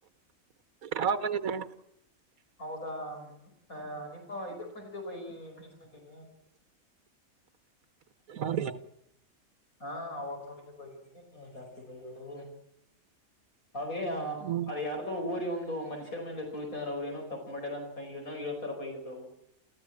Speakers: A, on the right; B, on the left.
A: ಯಾವಾಗ ಬಂದಿದ್ರಿ
B: ಅವಾಗ ಹ ನಿಮ್ಮ ಇದಕ್ ಬಂದಿದ್ದೇವು ಬೈ ಎಂಗ್ಲೇಜ್ಮೆಂಟಿಗೆ
A: ಹದ
B: ಹಾ ಅವಾಗ ನೋಡಿದ ಬೋಗಿದ್ದೀನಿ ನೀ ಜಾಸ್ತಿ ಬೈ ಅಡು ಅೇ
A: ಹ್ಮ್
B: ಅದು ಯಾರದ್ದೋ ಓರಿ ಒಂದು ಂದು ಮನುಷ್ಯರ ಮೇಲೆ ತುಳಿತಂದ್ರ ಅವ್ರ ಏನೋ ತಪ್ಪು ಮಾಡ್ಯಾರಂತ ಏನೋ ಇರೋ ತರ ಬೈ್ಯೋದವು